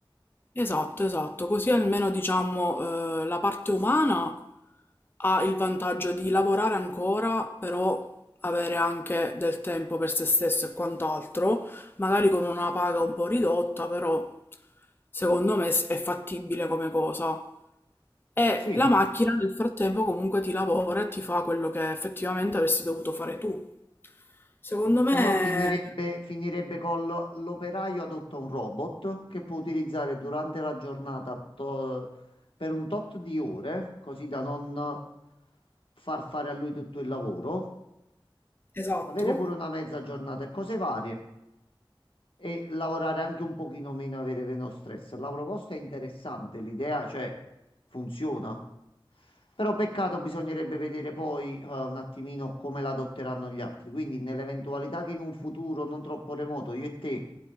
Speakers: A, on the left; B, on the left.
A: Esatto, esatto, così almeno diciamo eh, la parte umana ha il vantaggio di lavorare ancora, però avere anche del tempo per se stesso e quant'altro, magari con una paga un po' ridotta, però secondo me è fattibile come cosa. E
B: Sì,
A: la macchina nel frattempo comunque ti lavora e ti fa quello che effettivamente avresti dovuto fare tu. Secondo
B: diciamo
A: me,
B: finirebbe, finirebbe con lo- l'operaio adotta un robot che può utilizzare durante la giornata to- per un tot di ore, così da non far fare a lui tutto il lavoro,
A: esatto.
B: avere pure una mezza giornata e cose varie. e lavorare anche un pochino meno, avere meno stress. La proposta è interessante, l'idea, cioè, funziona. Però peccato, bisognerebbe vedere poi eh, un attimino come la adotteranno gli altri. Quindi, nell'eventualità che in un futuro non troppo remoto io e te eh,